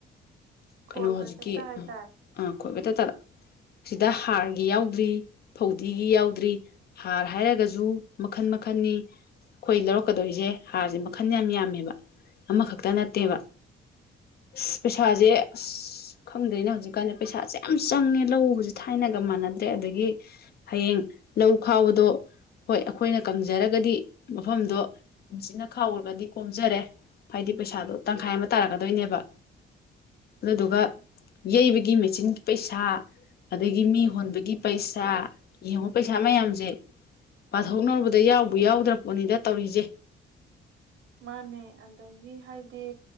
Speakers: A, on the right; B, on the left.
A: ꯈꯣꯏꯕ
B: ꯀꯩꯅꯣ ꯍꯧꯖꯤꯛꯀꯤ
A: ꯆꯠꯄ ꯍꯥꯏꯇꯥꯔꯦ
B: ꯑꯥ ꯈꯣꯏꯕ ꯇ ꯇꯗ ꯁꯤꯗ ꯍꯥꯔ ꯒꯤ ꯌꯥꯎꯗ꯭ꯔꯤ ꯐꯧꯗꯤꯒꯤ ꯌꯥꯎꯗ꯭ꯔꯤ ꯍꯥꯔ ꯍꯥꯏꯔꯒꯁꯨ ꯃꯈꯟ ꯃꯈꯟꯅꯤ ꯑꯩꯈꯣꯏ ꯂꯧꯔꯛꯀꯗꯣꯏꯁꯦ ꯍꯥꯔꯁꯦ ꯃꯈꯟ ꯌꯥꯝ ꯌꯥꯝꯃꯦꯕ ꯑꯃꯈꯛꯇ ꯅꯠꯇꯦꯕ
A: ꯑꯥ
B: ꯑꯁ ꯄꯩꯁꯥꯁꯦ
A: ꯑꯥ
B: ꯑꯁ ꯈꯪꯗꯦꯅꯦ ꯍꯧꯖꯤꯛꯀꯥꯟꯗ ꯄꯩꯁꯥꯁꯦ ꯌꯥꯝ ꯆꯪꯉꯦ ꯂꯧ ꯎꯕꯁꯦ ꯊꯥꯏꯅꯒ ꯃꯥꯟꯅꯗ꯭ꯔꯦ ꯑꯗꯒꯤ ꯍꯌꯦꯡ ꯂꯧ ꯈꯥꯎꯕꯗꯣ ꯍꯣꯏ ꯑꯩꯈꯣꯏꯅ ꯀꯪꯖꯔꯒꯗꯤ ꯃꯐꯝꯗꯣ ꯃꯤꯆꯤꯟꯅ ꯈꯥꯎꯔꯒꯗꯤ ꯀꯣꯝꯖꯔꯦ ꯍꯥꯏꯗꯤ ꯄꯩꯁꯥꯗꯣ ꯇꯪꯈꯥꯏ ꯑꯃ ꯇꯥꯔꯛꯀꯗꯣꯏꯅꯦꯕ ꯑꯗꯨꯗꯨꯒ
A: ꯑꯥ
B: ꯌꯩꯕꯒꯤ ꯃꯦꯆꯤꯟ ꯒꯤꯄꯩꯁꯥ ꯑꯗꯒꯤ ꯃꯤ ꯍꯣꯟꯕꯒꯤ ꯒꯤ ꯄꯩꯁꯥ ꯌꯦꯡꯉꯣ ꯄꯩꯁꯥ ꯃꯌꯥꯝꯁꯦ ꯄꯥꯊꯣꯛꯅꯔꯨꯕꯗ
A: ꯎꯝ
B: ꯌꯥꯎꯕꯨ ꯌꯥꯎꯗ꯭ꯔꯝ ꯕꯣꯅꯤꯗ ꯇꯧꯔꯤꯁꯦ
A: ꯃꯥꯅꯦ ꯑꯗꯒꯤ ꯍꯥꯏꯗꯤ